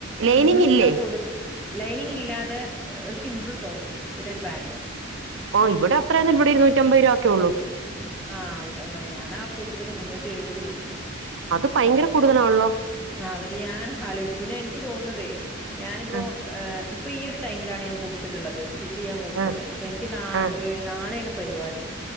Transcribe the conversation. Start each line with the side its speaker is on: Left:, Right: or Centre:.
Right: ലൈനിങ്
Centre: ഇന്ന്
Right: ഇല്ലേ
Centre: ഞാൻ കൊടുക്ക ലൈനിങ് ഇല്ലാതെ ഒരു സിംപിൾ ടോപ്പ് പിന്നെ ഒരു പാന്റും
Right: ഓ ഇവിടെ അത്രയൊന്നുല്ല ഇവിടെ ഇരു നൂറ്റമ്പത് രൂപക്കെ ഉള്ളൂ
Centre: ആഹ് അവിടെ ഞാനാ കൊടുത്തത് മുന്നൂറ്റി എഴുപത് കൊടുത്തു
Right: അത് ഭയങ്കര കൂടുതലാണല്ലോ
Centre: ആ എന്നിട്ട് ഞാൻ ആലോചിച്ചു പിന്നെ എനിക്ക് തോന്നുന്നതേ ഞാനിപ്പോ
Right: ആ
Centre: ഇപ്പൊ ഈ ഒരു ടൈമിലാണ് ഞാൻ കൊടുത്തിട്ടുള്ളത് സ്റ്റിച്ച് ചെയ്യാൻ കൊടുത്തത്
Right: ആ
Centre: പക്ഷെ എനിക്ക് നാ
Right: ആ
Centre: നാളെയാണ് പരിപാടി